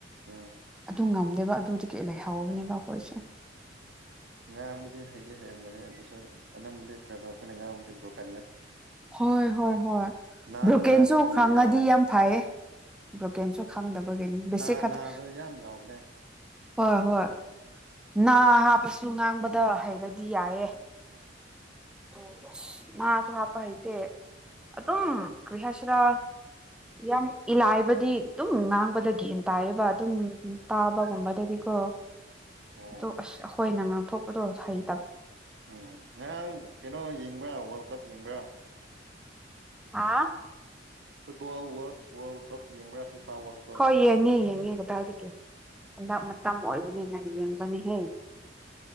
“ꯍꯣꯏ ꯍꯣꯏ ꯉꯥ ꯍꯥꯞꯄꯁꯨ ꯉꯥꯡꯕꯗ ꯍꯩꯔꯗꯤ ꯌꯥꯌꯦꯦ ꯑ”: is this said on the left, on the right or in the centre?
Centre